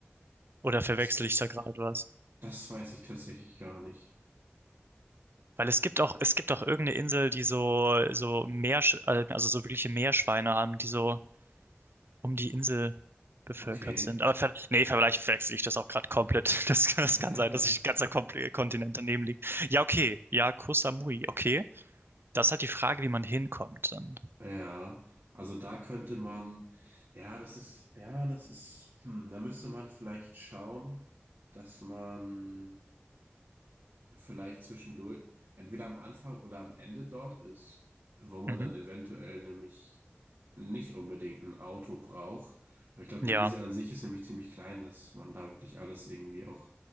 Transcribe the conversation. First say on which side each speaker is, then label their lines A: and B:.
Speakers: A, on the right; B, on the right.
A: Oder verwechsel
B: das,
A: ich da gerade was?
B: das weiß ich tatsächlich gar nicht.
A: Weil es gibt auch, es gibt auch irgendeine Insel, die so, so Meer, also so wirkliche Meerschweine haben, die so um die Insel bevölkert
B: Okay.
A: sind. Aber ver nee, vielleicht verwechsel ich das auch gerade komplett. <laughs> Das,
B: <laughs>
A: das kann sein, dass ich ein ganzer Kompl- Kontinent daneben liegt. Ja, okay. Ja, Koh Samui, okay. Das ist halt die Frage, wie man hinkommt dann.
B: Ja, also da könnte man, ja, das ist, ja, das ist, hm, da müsste man vielleicht schauen, dass man vielleicht zwischendurch, entweder am Anfang oder am Ende dort ist, wo man
A: Mhm.
B: dann eventuell nämlich nicht unbedingt ein Auto braucht. Weil ich glaube,
A: Ja,
B: die Insel an sich ist nämlich ziemlich klein, dass man da wirklich alles irgendwie auch